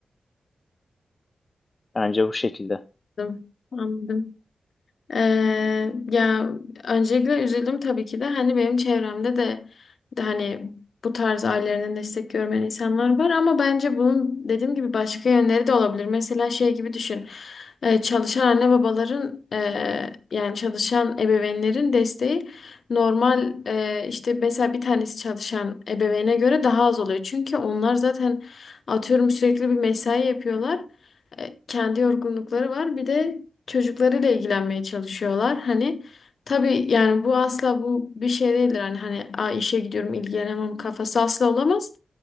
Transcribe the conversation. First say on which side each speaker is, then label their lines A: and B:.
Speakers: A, on the left; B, on the left.
A: Bence bu şekilde.
B: Anladım. Anladım. Ee, ya öncelikle üzüldüm tabii ki de hani benim çevremde de, de hani bu tarz ailelerinden destek görmeyen insanlar var ama bence bunun dediğim gibi başka yönleri de olabilir. Mesela şey gibi düşün. Ee, çalışan anne babaların e, yani çalışan ebeveynlerin desteği normal e, işte mesela bir tanesi çalışan ebeveyne göre daha az oluyor. Çünkü onlar zaten atıyorum sürekli bir mesai yapıyorlar. E, kendi yorgunlukları var. Bir de çocuklarıyla ilgilenmeye çalışıyorlar. Hani tabii yani bu asla bu bir şey değildir. Hani hani "Aa, işe gidiyorum ilgilenemem kafası asla olamaz.